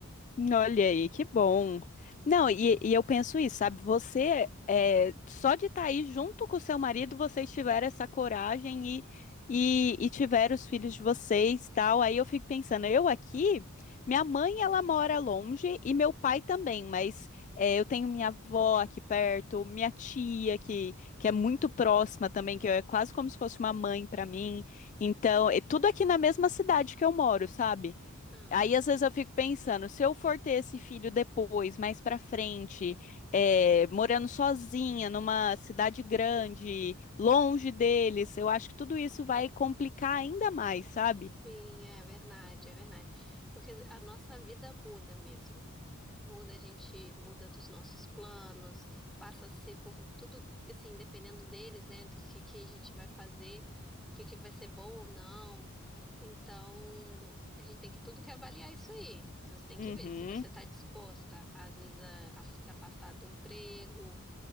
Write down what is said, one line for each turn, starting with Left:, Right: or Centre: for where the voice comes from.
Left: Olha aí, que bom. Não, e, e eu penso isso, sabe? Você, é, só de estar aí junto com o seu marido, vocês tiveram essa coragem e, e, e tiveram os filhos de vocês, tal. Aí eu fico pensando, eu aqui, minha mãe, ela mora longe e meu pai também, mas é, eu tenho minha avó aqui perto, minha tia que, que é muito próxima
Centre: Hum.
Left: também, que é quase como se fosse uma mãe para mim. Então, é tudo aqui na mesma cidade que eu moro, sabe?
Centre: Ah,
Left: Aí
Centre: então.
Left: às vezes eu fico pensando, se eu for ter esse filho depois, mais pra frente, é, morando sozinha numa cidade grande, longe deles, eu acho que tudo isso vai complicar ainda mais, sabe?
Centre: Sim, é verdade, é verdade. Porque a nossa vida muda mesmo. Muda, a gente muda dos nossos planos, passa a ser por tudo, assim, dependendo deles, né, do que que a gente vai fazer, o que que vai ser bom ou não. Então, a gente tem que tudo que avaliar é isso aí. Você tem que
Left: Uhum.
Centre: ver se você está disposta, às vezes, a, a se afastar do emprego,